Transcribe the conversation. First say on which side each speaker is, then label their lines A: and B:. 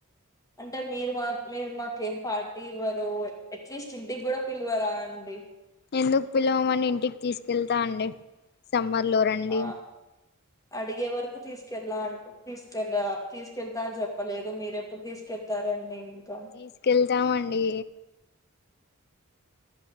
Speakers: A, on the left; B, on the left.
A: అంటె మీరు మాక్ మీరు మాకేం పార్టీ ఇవ్వరు ఎట్లీస్ట్ ఇంటికి కూడ పిలవరా అండి
B: ఎందుకు పిల్వమని ఇంటికి తీసుకెళ్తా అండి సంబ్ లొ రండి
A: ఆ అడిగే వరకు తీసుకెళ్లాా అంటూ తీసుకె తీసు తీసుకెళ్తాను చెప్పలేదు మీరుెప్పుడు తీసుకెళ్తారండి ఇంకా
B: తీసుకెళ్తామ అండి